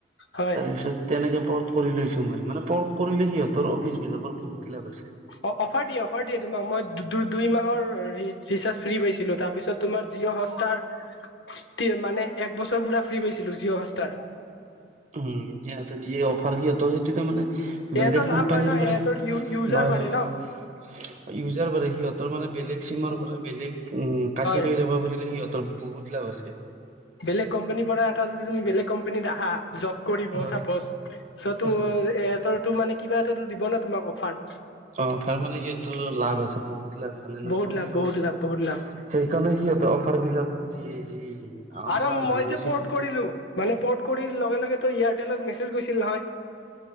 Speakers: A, on the left (about 90°); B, on the right (about 40°).
A: হয়
B: তাৰপিছত। তেনেকে পৰ্ক কৰি লৈছো মই মানে পৰ্ক কৰিলে সিহঁতৰ অফিচ বিলাকৰ বহুত লাভ আছে
A: অ অ অফাৰ দিয়ে অফাৰ দিয়ে তোমাক মই দুই‌ দুই মাহৰ ৰিচাৰ্জ। ফ্ৰী পাইছিলোঁ তাৰপিছত তোমাৰ যিয়ো সস্ত। তি মানে একবছৰ পোৰা ফ্ৰী পাইছিলোঁ জিঅ সস্তাৰ
B: উম সিহঁতে দিয়ে অফাৰ সিহঁতৰ সেইটোতো মানে। বেলেগ
A: এহঁতৰ
B: কোম্পানীৰ
A: লাভ হয় ন
B: পৰা
A: এহঁতৰ
B: নহয়
A: ইউজাৰ বাঢ়ে
B: নহয়।
A: ন
B: ইউজাৰ বাঢ়ে সিহঁতৰ মানে বেলেগ চিমৰ পৰা বেলেগ। উম কাটি
A: হয়
B: লৈ যাব পাৰিলে সিহঁতৰ বহুত লাভ আছে।
A: বেলেগ কোম্পানীৰ পৰা এটা যদি তুমি বেলেগ কোম্পানীত আহা জৰ্ব কৰিব
B: হয়
A: চস্পচ চৌ তো
B: হয়।
A: এহঁতৰ তো মানে কিবা এটা দিব ন তোমাক অফাৰ।
B: অহ অফাৰ মানে কি তোৰ লাভ আছে বহুত লাভ। মানে নতুন
A: বহুত লাভ,
B: মানে
A: বহুত লাভ, বহুত লাভ।
B: সেইকাৰণে সিহঁতৰ অফাৰ বিলাক দিয়ে যি আমাৰ
A: আৰু মই
B: জিঅ
A: যে
B: চিম
A: পৰ্ট কৰিলো মানে পৰ্ট কৰি লগে লগে তো এয়াৰটেলত মেছেজ গৈছিল হয়।